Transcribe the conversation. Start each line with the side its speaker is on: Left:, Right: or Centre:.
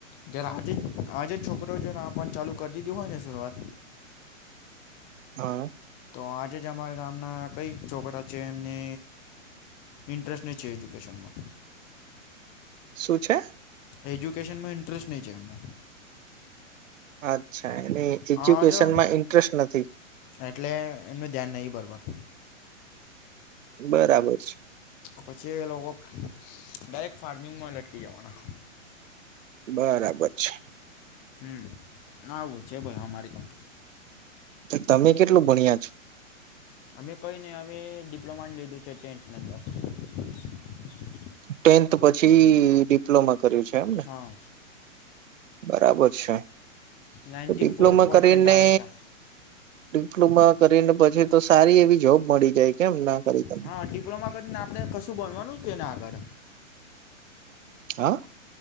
Left: જ આજે આજે છોકરો પણ ચાલુ કરી દીધી હોય ને શઆત.
Right: હા.
Left: તો આજે જ અમારા ગામના કઈ છોકરા છે એમને. ઇન્ટરેસ્ટને છે એજ્યુકેશનમાં.
Right: શું છે.
Left: એજ્યુકેશનમાં ઇન્ટરેસ્ટ નહીં છે એમને.
Right: અચ્છા એની
Left: હા
Right: એજ્યુકેશન
Left: જો
Right: માં ઇન્ટરેસ્ટ નથી.
Left: એટલે એમનું ધ્યાન નહીં બરાબર.
Right: બરાબર છે.
Left: પછી એ લોકો ડાયરેક્ટ ફાર્મિંગમાં લટકી જવાના.
Right: બરાબર છે.
Left: હમ્મ આવું છે ભાઈ હમારી કંપ
Right: તો તમે કેટલું ભણ્યા છો?
Left: અમે કઈ નહીં હવે ડિપ્લોમા લીધું છે ટેન્ટની અંદર.
Right: ટેન્થ પછી ડિપ્લોમા કર્યું છે એમને
Left: હા
Right: બરાબર. છે.
Left: નાઇન્ટન્ટટી
Right: તો ડિપ્લોમા
Left: ફોર પારસેન્ટન્ટ
Right: કરીને
Left: આવેતા.
Right: ડિપ્લોમા કરીને પછી તો સારી એવી જોબ મળી જાય. કેમ ના કરી તમે
Left: હા, ડિપ્લોમા કરીને આપડે કશું ભનવાનું છેને આગળ.
Right: હા